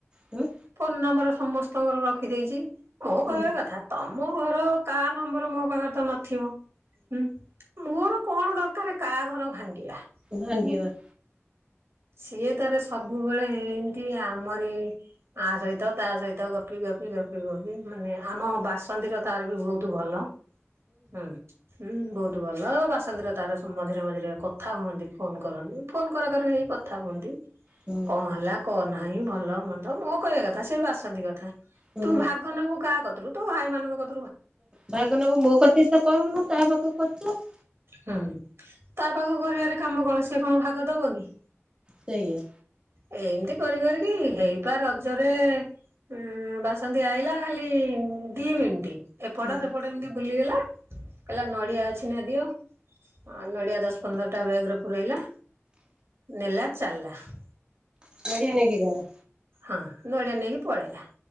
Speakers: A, on the right (about 20°); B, on the right (about 65°).
A: ହୁଁ
B: ଫୋନ ନମ୍ବର ସମସ୍ତଙ୍କର ରଖିଦେଇଛି। ମୁଁ କହିବା
A: ହୁଁ
B: କଥା ତମ ମୋ ଘର କା ନମ୍ବର ମୋ ପାଖରେ ତ ନଥିବ। ହୁଁ ମର କଣ ଦରକାର କାହା ଘର ଭାଙ୍ଗିବା?
A: ଭାଙ୍ଗିବା।
B: ହୁଁ ସିଏ, ତାର ସବୁବେଳେ ୲ଏମତି ଆମରି ଆ ସହିତ, ତା ସହିତ ଗପି, ଗପି, ଗପି, ଗପି ୲ମାନେ, ଆମ ବାସନ୍ତିୀର, ତାର ବି ବହୁତ, ଭଲ ୲ ହୁଁ, ହୁଁ, ବହୁତ ଭଲ ୲ ବାସନ୍ତିୀର ତାର ମଝିରେ, ମଝିରେ କଥା ହୁଅନ୍ତି ୲ଫୋନ କରନ୍ତି, ଫୋନ କରା, କରି କଥା ହୁଅନ୍ତି,
A: ହୁଁ
B: କଣ, ହେଲା ୲ କଣ ନାହିଁ, ଭଲ ମନ୍ଦ ୲ମୋ କହିବା କଥା, ସେ ବାସନ୍ତି କଥା ୲
A: ହୁଁ
B: ତୁ ଭାଗ ନବୁ, କାହା କ ତୁ ତୋ, ଭାଇ ମାନଙ୍କ କ-
A: ଭାଗ ନବୁ, ମୋ କତିକି ତ କରନୁ, ତା ପାଖ କୁ, କରଛୁ ୲
B: ହୁଁ, ତା ପାଖକୁ କରିବାର କାମ, କଣ? ସେ, କଣ ଭାଗ ଦବ, କି?
A: ସେଇଆ,
B: ଏମିତି କରି, କରିକି ହେଇପା, ରଜରେ ଉ ବାସନ୍ତିୀ, ଆଇଲା ଖାଲି ଦି ମିନିଟ୍ ୲ ଏପଟ,
A: ହୁଁ
B: ସେପଟ ଏମିତି, ବୁଲିଗଲା ୲ କହିଲା ନଡିଆ, ଅଛି ନା ଦିଅ ୲ ନଡିଆ, ଦଶ ପନ୍ଦର ଟା ବେଗରେ, ପୁରେଇଲା ୲ନେଲା ଚାଲିଲା ୲
A: ନଡିଆ, ନେଇକି ଗଲା?
B: ହଁ, ନଡିଆ ନେଇକି, ପଳେଇଲା ୲